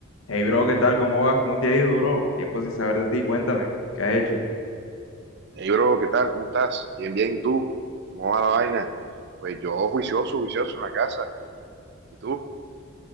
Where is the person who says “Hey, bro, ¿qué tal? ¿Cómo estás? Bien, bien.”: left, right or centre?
Right